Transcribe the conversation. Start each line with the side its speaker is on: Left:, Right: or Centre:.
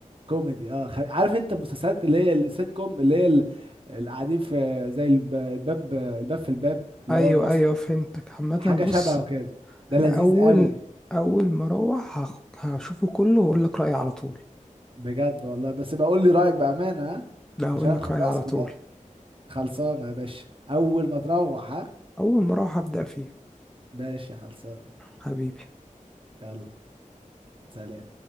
Right: كوميدي اه خ... عارف انت المسلسلات اللي هي السيت كوم اللي هي ال- اللي قاعدين في زي الب- الباب الباب في الباب اللي
Centre: ايوه
Right: هو المصري
Centre: ايوه فهمتك عامه
Right: حاجة شبهه
Centre: بص
Right: مم. كده ده
Centre: انا
Right: لذيذ
Centre: اول
Right: قوي
Centre: اول ما اروح هخ- هشوفه كله واقول لك رايي على طول
Right: بجد والله بس بقول لي رأيك بأمانة ها
Centre: لا هقول
Right: عشان انا
Centre: لك
Right: مخلصه
Centre: رايي على طول
Right: ده خلصانة يا باشا أول ما تروح ها
Centre: اول ما اروح هبدا فيه
Right: باشا خلصانة
Centre: حبيبي
Right: يلا سلام